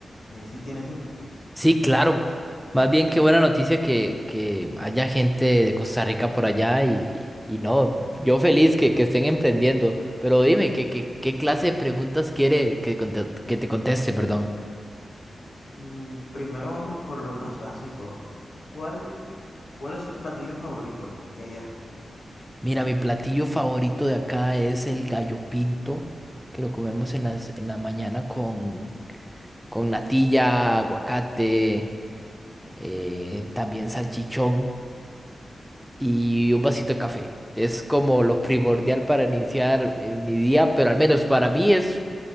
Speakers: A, on the left (about 70°); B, in the centre.
A: eh, si tiene tiempo.
B: Sí, claro. Más bien qué buena noticia que, que haya gente de Costa Rica por allá y, y no, yo feliz que, que estén emprendiendo. Pero dime, ¿qué, qué, qué clase de preguntas quiere que, conte- que te conteste, perdón?
A: Mm, primero vamos por lo más básico. ¿Cuál, cuál es tu platillo favorito de allá?
B: Mira, mi platillo favorito de acá es el gallo pinto, que lo comemos en las, en la mañana con, con natilla, aguacate, eh, también salchichón. y un vasito de café. Es como lo primordial para iniciar eh, mi día, pero al menos para mí es